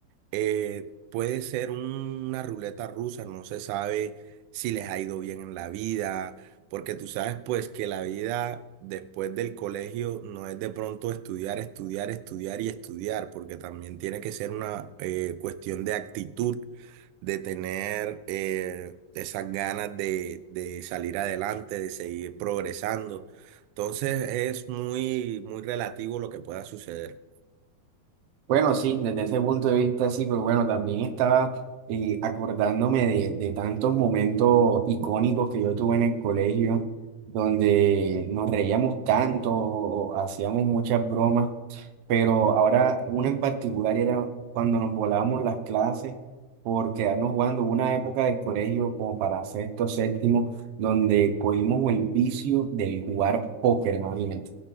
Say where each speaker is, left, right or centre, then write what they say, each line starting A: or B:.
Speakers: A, on the right; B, on the right.
A: eh, puede ser una ruleta rusa, no se sabe si les ha ido bien en la vida, porque tú sabes pues que la vida después del colegio no es de pronto estudiar, estudiar, estudiar y estudiar, porque también tiene que ser una eh, cuestión de actitud, de tener eh, esas ganas de, de salir adelante, de seguir progresando. Entonces es muy, muy relativo lo que pueda suceder.
B: Bueno, sí, desde ese punto de vista sí, pero bueno, también estaba eh, acordándome de, de tantos momentos icónicos que yo tuve en el colegio, donde nos reíamos tanto, o hacíamos muchas bromas, pero ahora una en particular era cuando nos volábamos las clases por quedarnos jugando Hubo una época del colegio como para sexto, séptimo, donde cogimos el vicio del jugar póker, imagínate.